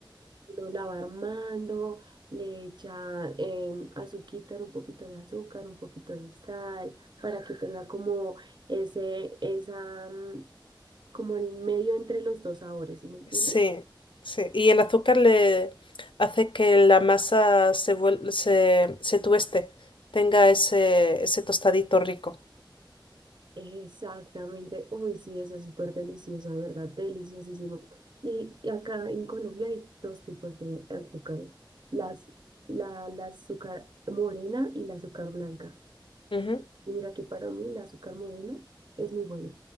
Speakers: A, on the right; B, on the left.
A: Lo la va armando, le echa em, azuquita, un poquito de azúcar, un poquito de sal, para que tenga como ese, esa, mm, como el medio entre los dos sabores, ¿sí me entiendes?
B: Sí, sí. Y el azúcar le hace que la masa se, vuel- se, se tueste, tenga ese, ese tostadito rico.
A: Exactamente. Uy, sí, eso es súper delicioso, de verdad, deliciosísimo. Y, y acá en Colombia hay dos tipos de azúcares, las, la, la azúcar morena y la azúcar blanca.
B: Ujú.
A: Y mira que para mí la azúcar morena es muy buena,